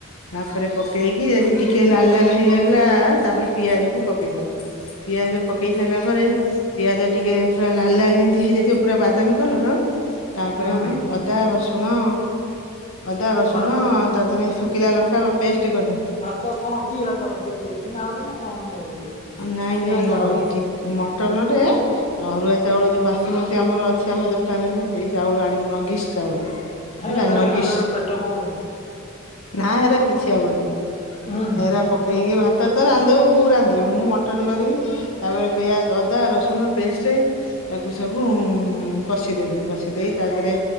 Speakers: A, on the left (about 75°); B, on the left (about 35°).
A: ତାପରେ ପକେଇକି, ଏଠି ଟିକେ ଲାଲ୍ ଲାଲ୍ ହେଇଗଲା, ତାପରେ ପିଆଜ କୁ ପକେଇଦବା। ପିଆଜ ପକେଇ ସାଇଲା ପରେ ପିଆଜ ଟିକେ ପୁରା ଲାଲ୍ ଲାଲ୍ ଯେମିତି ହେଇଯାଇଥିବ ପୁରା ବାଦାମୀ କଲର ତାପରେ
B: ହୁଁ
A: ଆମେ ଅଦା ରସୁଣ ଅଦା, ରସୁଣ
B: ଆଉ ଭାତ
A: ତାଦେହରେ ଶୁଖିଲା ଲଙ୍କା ପେଷ୍ଟ କରିଦେ-
B: ତ କଣ କି ଭାତ <inaudible> ଉସୁନାଭାତ ନା କଣ ଯୋଉ ଇଏ
A: ନାଇଁ
B: ଚୁନା
A: ନାଇଁ
B: ଚାଉଳ
A: ଅ ଏଠି ମଟନ ରେ ଅରୁଆ ଚାଉଳ ଯୋଉ ବାସୁମତୀ ଆମର ଅଛି ଆମ ଦୋକାନରେ ସେଇ ଚାଉଳ ଆଣିବି ନଗିସ୍ ଚାଉଳ।
B: ହେରା
A: ହେଲା
B: ସେଗୁରା
A: ନଗିସ୍।
B: ଖାଇଲାଠୁ ପେଟ କଣ ହଉଛି।
A: ନା ହେରା କିଛି ହବନି।
B: ହୁଁ
A: ଏରା ପକେଇକି ଭାତ ତ ରାନ୍ଧଦବ ବୋଉ ରାନ୍ଧ ନ୍ଧିବ। ମୁଁ ମଟନ କରିବି ତାପରେ ପିଆଜ, ଅଦା, ରସୁଣ ପେଷ୍ଟ ତାକୁ ସବୁ କଷିଦେବି କଷିଦେଇ ତା ଦେହରେ